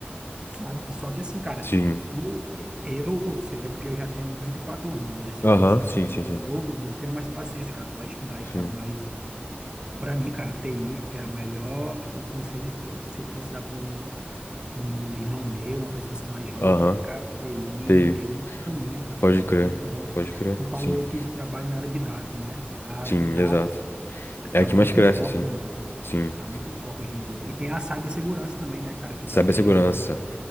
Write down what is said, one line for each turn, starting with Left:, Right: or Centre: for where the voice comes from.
Right: sabe? Só que assim, cara,
Left: sim.
Right: tu, eu, se- é porque eu já tenho 34 anos, né? Se
Left: Aham,
Right: eu fosse um
Left: sim,
Right: pouco
Left: sim,
Right: mais
Left: sim.
Right: novo, não tenho mais paciência, cara, pra estudar
Left: Sim.
Right: e tal, mas. Para mim, cara, TI é a melhor. O conselho que eu- se eu fosse dar para um, para um irmão meu, uma pessoa assim mais jovem,
Left: Aham,
Right: cara, TI
Left: TI.
Right: tem muito caminho, cara,
Left: Pode
Right: tem, é
Left: crer,
Right: muito bom.
Left: pode crer,
Right: Tu falou
Left: sim.
Right: aí que trabalha na área de dados, né? A área
Left: Sim,
Right: de dados
Left: exato. É
Right: tá
Left: a que
Right: muito
Left: mais cresce,
Right: em foco
Left: assim.
Right: também.
Left: Sim.
Right: Tá muito em foco hoje em dia. E tem a cibersegurança também, né, cara, que
Left: Cibersegurança.
Right: tá surgindo aí.